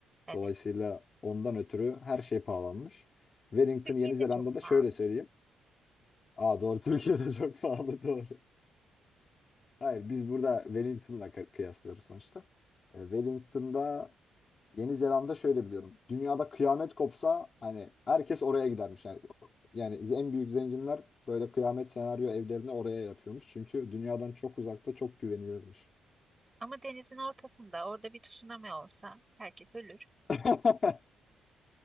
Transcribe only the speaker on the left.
Dolayısıyla ondan ötürü her şey pahalanmış. Wellington,
Yeni Zelanda'da
şöyle söyleyeyim. Aa doğru <laughs> Türkiye'de çok pahalı doğru. Hayır biz burada Wellington'la kı- kıyaslıyoruz sonuçta. E, Wellington'da Yeni Zelanda şöyle biliyorum. Dünyada kıyamet kopsa hani herkes oraya gidermiş. Yani, yani en büyük zenginler böyle kıyamet senaryo evlerini oraya yapıyormuş. Çünkü dünyadan çok uzakta çok güvenilirmiş.
<laughs>